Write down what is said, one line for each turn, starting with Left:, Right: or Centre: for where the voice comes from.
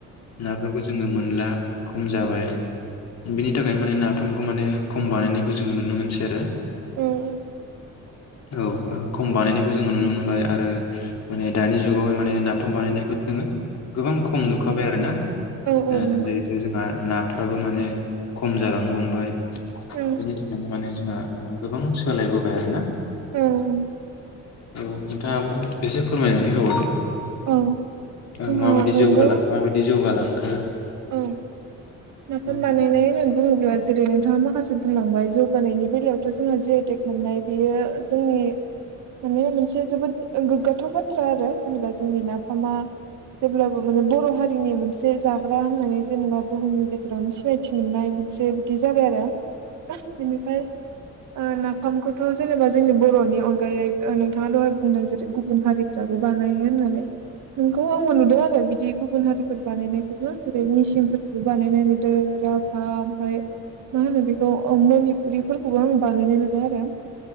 Left: नाफोरखौ जोङो मोनला खम जा बाय बिनि थाखायनो माने नाफामखौ माने खम बानायनायखौ जोङो नुनो मोनसै आरो।
Right: उम।
Left: <inaudible> औ खम बानायनायखौ जोङो नुनो मोनबाय आरो माने दानि जुगावहाय माने नाफाम बानायनायखौ जोङो गोबां खम नुखाबाय आरोना
Right: औ
Left: ओ
Right: नंगौ
Left: जिहेथु जोंहा नाफ्राबो माने खम जालांनो हमबाय
Right: औ
Left: बेनि थाखायनो माने जोंहा गोबां सोलायबोबाय आरोना।
Right: औ औ।
Left: औ नोंथाङाबो एसे फोरमायनानै होबावदो।
Right: औ
Left: औ
Right: जोंहा
Left: माबायदि
Right: नंगौ
Left: जौगांलां माबायदि जौगालांखो?
Right: औ नाफाम
Left: औ
Right: बानायनाय होननानै बुङोब्ला जेरै नोंथाङा माखासे बुंलांबाय जौगानायनि बेलायावथ' जोङो जियाइटेक मोननाय बियो जोंनि माने मोनसे जोबोद गोग्गाथाव बाथ्रा आरो जेनेबा जोंनि नाफामा जेब्लाबो माने बर' हारिनि मोनसे जा ग्रा होननानै जेनेबा बुहुमनि गेजेरावनो सिनायथि मोननाय मोनसे बिदि जाबाय आरो। <unintelligible> बिनिफ्राय ओ नाफामखौ थ' जेनेबा जोंनि बर'नि अनगायै ओ नोंथाङा दहाय बुंदों जेरै गुबुन हारिफ्राबो बानायो होननानै। नोंगौ आबो नुदों आरो बिदि गुबुन हारिफोर बानायनाय। <unintelligible> जेरै मेसिंनफोरखौबो बानायनाय नुदों राभा ओमफ्राय मा होनो बेखौ अ मनिपुरिफोरखौबो आं बानायनाय नुदों आरो।